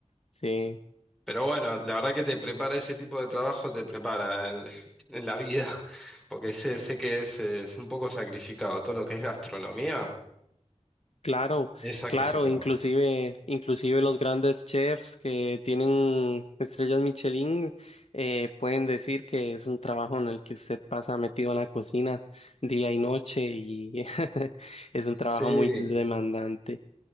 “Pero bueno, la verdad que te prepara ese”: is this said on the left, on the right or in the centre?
Centre